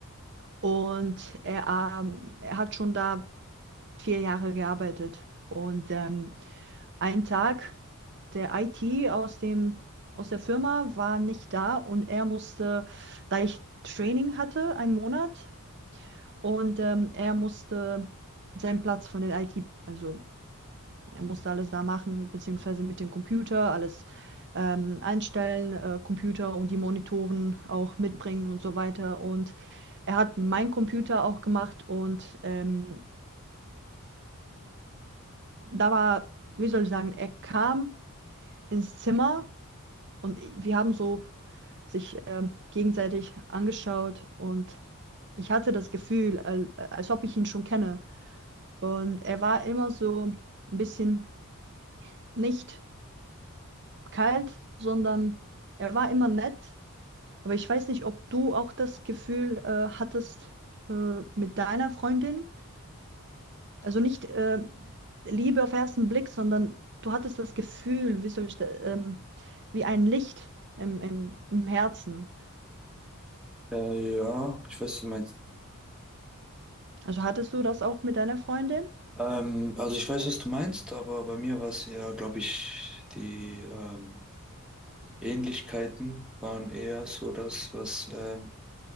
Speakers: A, on the right; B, in the centre.
A: und er, ähm, er hat schon da vier Jahre gearbeitet. Und ähm, ein Tag, der IT aus dem, aus der Firma war nicht da und er musste, da ich Training hatte, einen Monat, und ähm, er musste seinen Platz von den IT, also er musste alles da machen, beziehungsweise mit dem Computer alles ähm, einstellen, äh, Computer und die Monitoren auch mitbringen und so weiter. Und er hat meinen Computer auch gemacht und ähm, da war, wie soll ich sagen, er kam ins Zimmer und wir haben so sich ähm, gegenseitig angeschaut und ich hatte das Gefühl, als, als ob ich ihn schon kenne. Und er war immer so ein bisschen nicht kalt, sondern er war immer nett Aber ich weiß nicht, ob du auch das Gefühl äh, hattest äh, mit deiner Freundin, also nicht äh, Liebe auf ersten Blick, sondern du hattest das Gefühl, wie soll ich da, ähm, wie ein Licht im, im, im Herzen.
B: Äh, ja, ich weiß, was du meinst.
A: Also hattest du das auch mit deiner Freundin?
B: Ähm, also ich weiß, was du meinst, aber bei mir war es eher, glaube ich, die ähm, Ähnlichkeiten waren eher so das, was ähm,